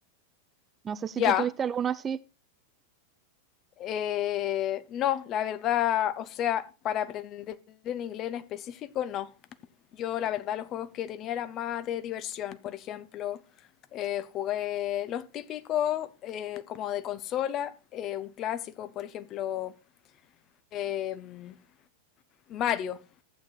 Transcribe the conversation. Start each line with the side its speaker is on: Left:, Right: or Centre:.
Right: No sé si
Left: Ya.
Right: tú tuviste alguno así.
Left: Eh, no, la verdad, o sea, para aprender en inglés en específico, no. Yo, la verdad, los juegos que tenía eran más de diversión. Por ejemplo, eh, jugué los típicos eh, como de consola, eh, un clásico, por ejemplo, em, Mario,